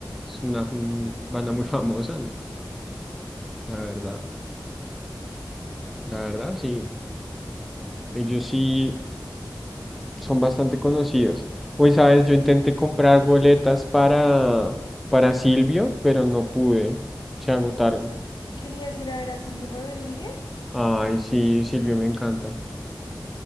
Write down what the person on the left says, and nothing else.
Querías ir a ver a Silvio Rodríguez.